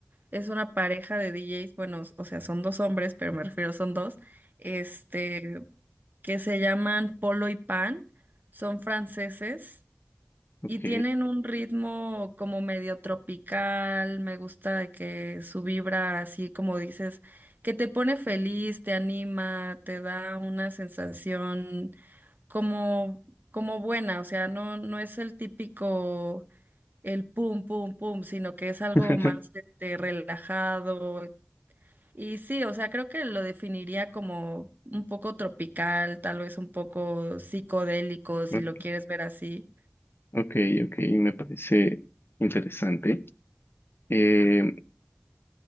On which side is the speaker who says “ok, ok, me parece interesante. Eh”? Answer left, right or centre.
Left